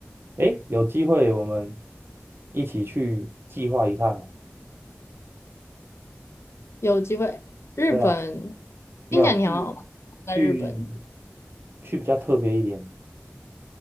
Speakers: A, on the right; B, on the left.
A: 诶，有机会我们一起去计划一趟啊。
B: 有机会，日本
A: 对啊，没有去
B: 听起来你好像在日本，
A: 去去比较特别一点，